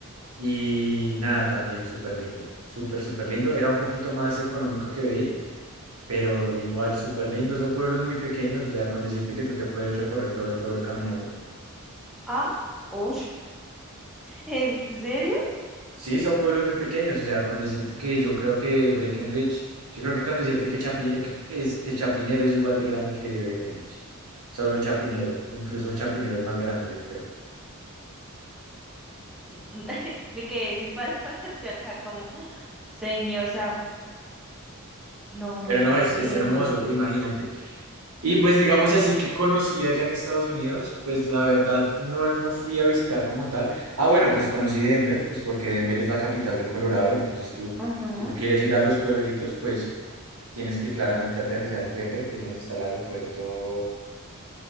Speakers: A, on the right (about 80°); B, in the centre.
A: y nada, también súper lindo, súper, súper lindo. Era un poquito más económico que Vail, pero igual súper lindo. Son pueblos muy pequeños, o sea, con decirte que tú te puedes recorrer todo el pueblo caminando.
B: Ah, uff. ¿En serio?
A: Sí, son pueblos muy pequeños, o sea, con decirte que yo creo que Breckenridge, yo creo que con decirte que, Chapi- eh, que, es, que Chapinero es igual de grande que Breckenridge, solo Chapinero, incluso Chapinero es más grande, yo creo.
B: <laughs> Me quedé sin palabras de acá como, señor Sam. No, no
A: Pero
B: puedo
A: no, es,
B: creerlo.
A: es hermoso, imagínate. Y pues digamos así que conocí allá en Estados Unidos, pues la verdad no, no fui a visitar como tal. Ah, bueno, pues conocí Denver, pues porque Denver es la capital de Colorado, entonces tú,
B: Ajá.
A: si tú quieres ir a los pueblitos, pues tienes que claramente aterrizar en Denver, que es donde está el aeropuerto